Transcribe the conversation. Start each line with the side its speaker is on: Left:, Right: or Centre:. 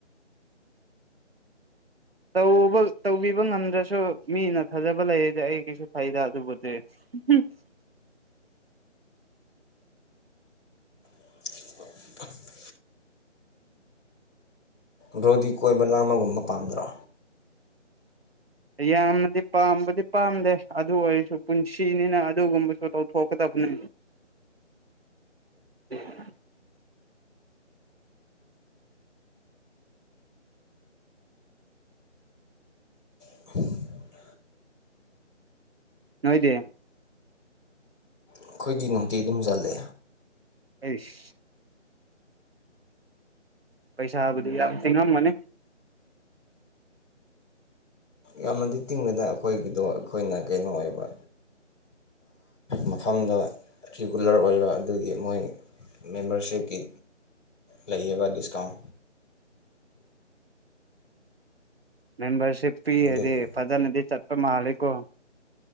Right: <inaudible> ꯇꯧꯕ ꯇꯧꯕꯤꯕ ꯉꯝꯗ꯭ꯔꯁꯨ ꯃꯤꯅ ꯊꯥꯖꯕ ꯂꯩꯔꯗꯤ ꯑꯩꯒꯤꯁꯨ ꯐꯩꯗ ꯑꯗꯨꯕꯨꯗꯤ <unintelligible>
Left: <inaudible> ꯕ꯭ꯔꯣꯗꯤ ꯀꯣꯏꯕ ꯂꯥꯡꯕꯒꯨꯝꯕ ꯄꯥꯝꯗ꯭ꯔꯣ
Right: ꯌꯥꯝꯅꯗꯤ ꯄꯥꯝꯕꯗꯤ ꯄꯥꯝꯗꯦ ꯑꯗꯨ ꯑꯣꯏꯔꯁꯨ ꯄꯨꯟꯁꯤꯅꯤꯅ ꯑꯗꯨꯒꯨꯝꯕꯁꯨ ꯇꯧꯊꯣꯛꯀꯗꯕꯅꯦ <unintelligible>
Left: <unintelligible>
Right: ꯅꯣꯏꯗꯤ
Left: ꯑꯩꯈꯣꯏꯗꯤ ꯅꯨꯡꯇꯤ ꯑꯗꯨꯝ ꯆꯜꯂꯦ
Right: ꯑꯩꯁ ꯄꯩꯁꯥ ꯍꯥꯏꯕꯗꯤ ꯌꯥꯝ ꯊꯦꯡꯅꯝ ꯃꯅꯦ
Left: ꯌꯥꯝꯅꯗꯤ ꯇꯤꯡꯕꯗ ꯑꯩꯈꯣꯏꯒꯤꯗꯣ ꯑꯩꯈꯣꯏꯅ ꯀꯩꯅꯣ ꯑꯣꯏꯕ ꯃꯐꯝꯗ ꯔꯤꯒꯨꯂꯔ ꯑꯣꯏꯕ ꯑꯗꯨꯒꯤ ꯃꯣꯏ ꯃꯦꯝꯕꯔꯁꯤꯞꯀꯤ ꯂꯩꯌꯦꯕ ꯗꯤꯁꯀꯥꯎꯟ
Right: ꯃꯦꯝꯕꯔꯁꯤꯞ ꯄꯤ
Left: ꯑꯗꯒꯤ
Right: ꯍꯥꯏꯗꯤ ꯐꯖꯅꯗꯤ ꯆꯠꯄ ꯃꯥꯂꯦꯀꯣ